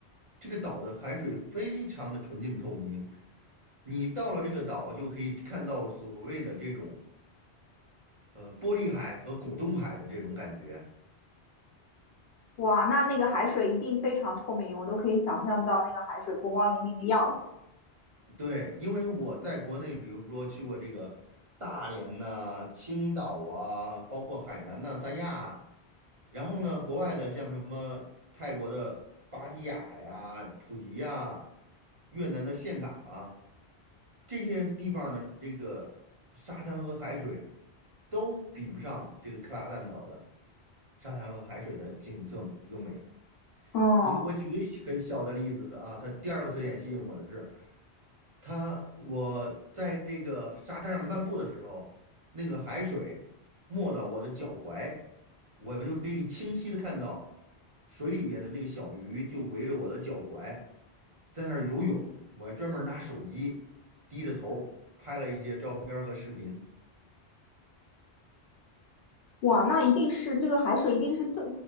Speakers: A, on the right; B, on the left.
A: 这个岛的海水非常的纯净透明，你到了这个岛就可以看到所谓的这种呃玻璃海和果冻海的这种感觉。
B: 哇，那那个海水一定非常透明，我都可以想象到那个海水波光粼粼的样子。
A: 对，因为我在国内，比如说去过这个大连呐、青岛啊，包括海南呐、三亚啊然后呢，国外的像什么泰国的芭提雅呀、普吉呀、越南的岘港啊，这些地方的这个沙滩和海水都比不上这个克拉蛋岛的沙滩和海水的景色优美。
B: 嗯，
A: 你我举个很小的例子啊，它第二个特点吸引我的是，它我在这个沙滩上漫步的时候，那个海水没到我的脚踝，我就可以清晰的看到水里边的那个小鱼就围着我的脚踝在那儿游泳。我还专门拿手机低着头拍了一些照片儿和视频。
B: 哇，那一定是这个海水一定是这